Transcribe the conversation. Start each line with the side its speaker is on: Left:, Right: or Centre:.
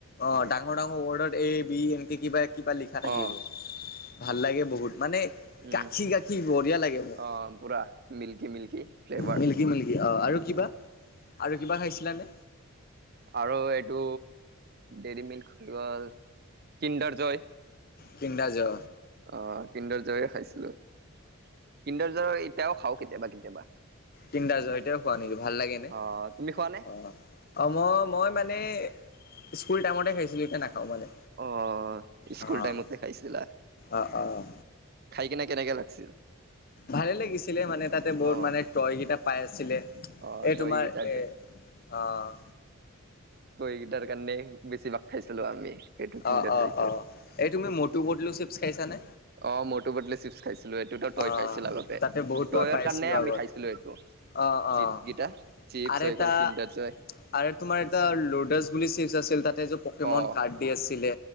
Left: অ' ডাঙ ডাঙৰ ডাঙৰ ৱৰ্ডত এ বি এনকে কিবা কিবা লিখা থাকিব,
Right: অ
Left: ভাল লাগে বহুত। মানে
Right: উম
Left: কাখী কাখী বঢ়িয়া লাগে মোক,
Right: অ পুৰা milky milky flavour
Left: milky milky. অ' আৰু কিবা, আৰু কিবা খাইছিলানে?
Right: আৰু এইটো দেৰি মিল্ক <unintelligible> কিণ্ডাৰ জয়।
Left: কিণদা যো।
Right: অ' কিণ্ডাৰ জয় খাইছিলো, কিণ্ডাৰ জয় এতিয়াও খাওঁ কেতিয়াবা কেতিয়াবা।
Left: তিনদা জয় ইটাও খোৱা নেকি ভাল লাগে নে?
Right: অ তুমি খোৱা নে
Left: অ', অ', মই মই মানে, স্কুল টাইমতে খেছিলো এতিয়া না খাওঁ মানে।
Right: অ স্কুল
Left: অ'
Right: টাইমতে খাইছিলা,
Left: অ' অ'।
Right: খাই কিনে কেনেকা লাগছিল?
Left: ভালে লাগিছিলে মানে তাতে বহুত
Right: অ
Left: মানে টয় কেইটা পাই আছিলে।
Right: অ
Left: এই
Right: তই
Left: তোমাৰ
Right: গিটাৰটো
Left: এ অ'।
Right: টয় কেইটাৰ কাৰণে বেছিভাগ খাইছিলোঁ আমি সেইটো কিণ্ডাৰ
Left: অ' অ'
Right: জয়টো।
Left: অ' এই তুমি মটু পটলু চিপছ খাইছানে?
Right: অ' মটো পটলো চিপ্ছ খাইছ <unintelligible> এইটোতো টয়
Left: অ'
Right: পাইছিল আগতে,
Left: তাতে বহুত
Right: টয়ৰ
Left: টয় পাই
Right: কাৰণে
Left: আছিলো
Right: আমি
Left: আগত
Right: খাইছিলোঁ এইটো।
Left: অ'
Right: চিপছ
Left: অ'
Right: কেইটা, চিপছ
Left: আৰু
Right: হয়
Left: এটা
Right: গ'ল কিণ্ডাৰ জয়।
Left: আৰু তোমাৰ এটা ল'ডাছ বুলি চিপছ আছ <unintelligible> তাতে যে পকেমন
Right: অ
Left: কাৰ্ড দি আছিলে,